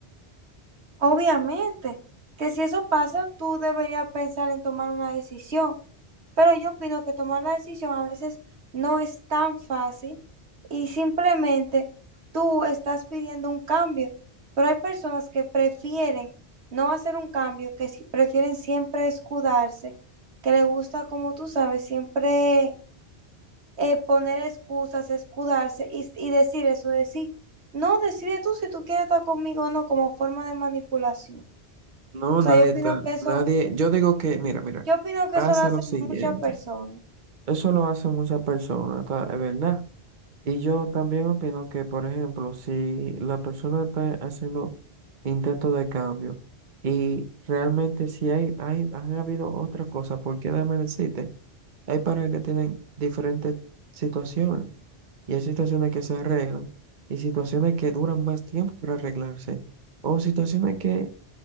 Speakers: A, on the right; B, on the right.
A: Obviamente, que si eso pasa, tú deberías pensar en tomar una decisión, Pero yo opino que tomar la decisión a veces no es tan fácil y simplemente tú estás pidiendo un cambio, pero hay personas que prefieren no hacer un cambio, que si- prefieren siempre escudarse, que le gusta, como tú sabes, siempre eh, poner excusas, escudarse y, y decir eso, decir, no, decide tú si tú quieres estar conmigo o no, como forma de manipulación. O
B: No, nadie
A: sea, yo opino
B: está,
A: que eso,
B: nadie, yo digo que, mira, mira,
A: yo opino que
B: pasa
A: eso lo hacen
B: lo siguiente.
A: muchas personas.
B: Eso lo hacen muchas personas, ¿tá? Es verdad. Y yo también opino que, por ejemplo, si la persona está haciendo intentos de cambio y realmente si hay, hay, han habido otras cosas, porque déjame decirte, hay parejas que tienen diferentes situaciones y hay situaciones que se arreglan y situaciones que duran más tiempo para arreglarse o situaciones que